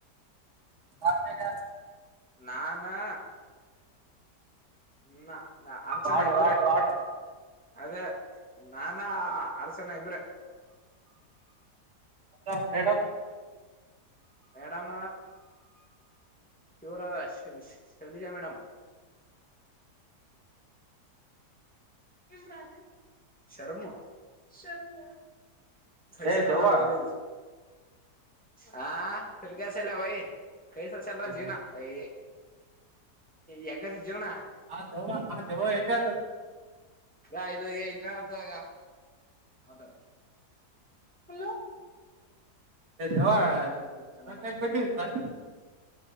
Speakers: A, on the right; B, in the centre.
A: ಆತ ಜ
B: ನಾನಾ ್ಮ ಅರ್ಚನಾ
A: ವಾರ್ಡ್
B: ಇಬರ
A: ವಾರ್ಡ್ ವಾರ್ಡ್
B: ಅದೇ ನಾನಾ ಅರಸನ ಇಬ್ರೆ
A: ಅ ಮೇಡಮ್
B: ಮೇಡಾಮ ಶರ ಶಲಿಜ ಮೇಡಮ ಇಮ್ರಾನ ಶರ್ಮಾ ಶರ್ಮ ಪೈಸ
A: ಏ
B: ಕಮಾರ
A: ದೆವ್ವ
B: ಹೋಗ ಹಾ ಕಸೆಲ್ಲ ಭ ಕೈಸ ಚಲ್ರ
A: ಏ
B: ಜೀನಾ ಯ ಎ ಕಾದ ಜವನಾ
A: ಆ ದೆವ್ವ ಆ ದೆವ್ವ ಎಲ್ಲಿ ಅದ
B: ಹ ಇದ ಇನ್ನ ಹತಾಗ ಮಾತಾಡ ಹಲೋ ಕನ್ನಡ
A: ಜವ
B: ಮಾತಾಡ್ತೀವಿ ಕನ್ನಡ
A: ನ ಕ ಬನ ಸಾಲ